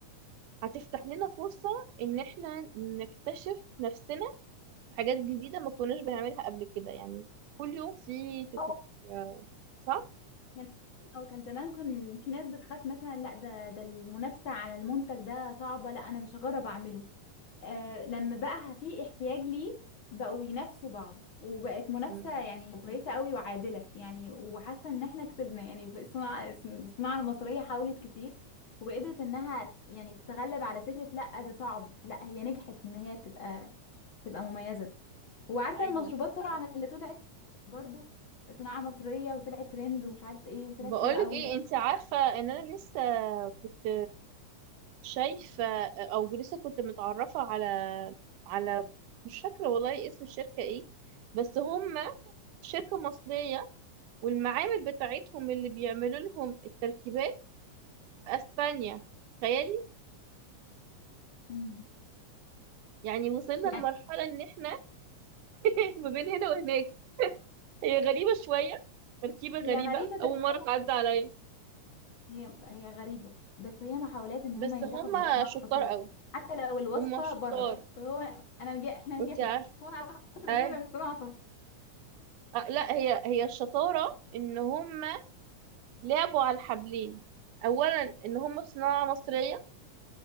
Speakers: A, on the right; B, on the left.
A: هتفتح لنا فرصه ان احنا نكتشف نفسنا حاجات جديده ما كناش بنعملها قبل كده يعني كل يوم في تكنولوجيا
B: اه
A: صح؟
B: كان- اه كان زمان كان في ناس بتخاف مثلا لا ده ده المنافسة على المنتج ده صعبة لا انا مش هجرب اعمله آه لما بقى في احتياج ليه بقوا ينافسوا بعض وبقت منافسة
A: مم.
B: يعني كويسة قوي وعادلة يعني وحاسة ان احنا كسبنا يعني الصناعة الصناعة المصرية حاولت كتير وقدرت انها يعني تتغلب على فكرة لا ده صعب لا هي نجحت ان هي تبقى تبقى مميزة وعارفه
A: ايوه
B: المشروبات طبعا اللي طلعت برضو صناعه مصريه وطلعت ترند ومش عارف ايه وطلعت
A: بقولك
B: حلوه قوي
A: ايه انت عارفة ان انا لسه كنت شايفة او لسه كنت متعرفة على على مش فاكرة والله اسم الشركة ايه بس هم شركة مصرية والمعامل بتاعتهم اللي بيعملوا لهم التركيبات في اسبانيا تخيلي
B: مم.
A: يعني وصلنا لمرحلة
B: يعني
A: ان احنا <laughs> ما بين هنا وهناك هي غريبة شوية تركيبة غريبة
B: هي غريبه
A: اول
B: بس
A: مرة
B: هي محاولات
A: تعدي عليا
B: هي هي غريبه بس هي محاولات ان
A: بس
B: هم ينجحوا
A: هم
B: بالصناعه
A: شطار
B: المصريه
A: قوي
B: حتى لو الوصفه
A: هم شطار
B: بره فهو انا نجح احنا نجحنا
A: انت عارفة
B: هو على مصر
A: اه
B: دي ولا مش صناعه
A: آه، لا هي هي الشطارة ان هم لعبوا على الحبلين اولا ان هم صناعة مصرية